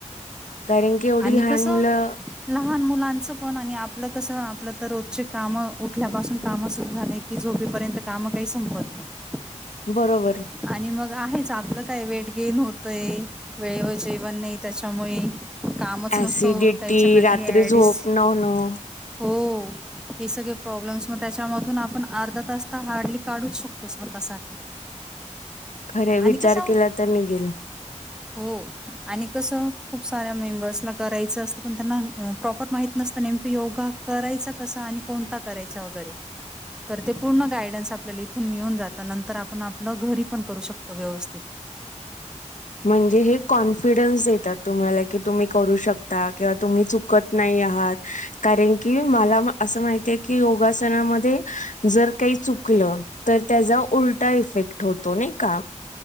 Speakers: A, on the left (about 85°); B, in the centre.
A: कारण की एवढी
B: आणि
A: लहान
B: कसं
A: मुलं,
B: लहान मुलांचं पण आणि आपलं कसं आपलं तर रोजचे काम उठल्यापासून काम सुरू झाले, कि झोपेपर्यंत कामं काही संपवत नाहीत.
A: बरोबर.
B: आणि मग आहेच आपलं काय वेट गेन होतंय वेळेवर जेवण नाही त्याच्यामुळे, कामच
A: ऍसिडिटी
B: नुसतं उरकायच्या नादी
A: रात्री
B: अडिस...
A: झोप न होणं
B: हो.... हे सगळे प्रॉब्लेम्स मग त्याच्यामधून आपण अर्धा तास तर, हार्डली काढूच शकतो स्वतःसाठी.
A: खरंय
B: आणि
A: विचार
B: कसं
A: केला तर निघेल.
B: <inaudible> हो आणि कसं खूप साऱ्या मेंबर्सला करायचं असतं, पण त्यांना प्रॉपर माहित नसतं नेमकं योगा करायचा कसा आणि कोणता करायचा वगैरे, तर ते पूर्ण गायडन्स आपल्याला इथून मिळून जातं नंतर आपण आप लं घरी पण करू शकतो व्यवस्थित.
A: म्हणजे हे कॉन्फिडन्स देतात तुम्हांला की, तुम्ही करू शकता किंवा तुम्ही चुकत नाही आ हात कारण की मला अस माहिती की योगासनामध्ये जर काही चुकलं, तर त्याचा उलटा इफेक्ट होतो नाही का.?